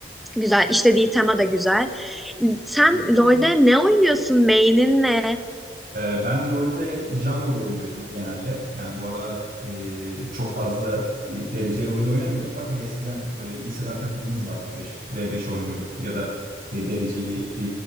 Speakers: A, in the centre; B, on the right (about 50°).
A: Güzel. işlediği tema da güzel. Sen LoL'de ne oynuyorsun? Main'in ne?
B: Ee, Ben LoL'de jungle oynuyordum genelde. Yani bu aralar e, çok fazla e, dereceli oyun oynamıyorum. Fakat hani eskiden böyle liseden takımımız vardı. 5v5 oynuyorduk ya da e, dereceli e,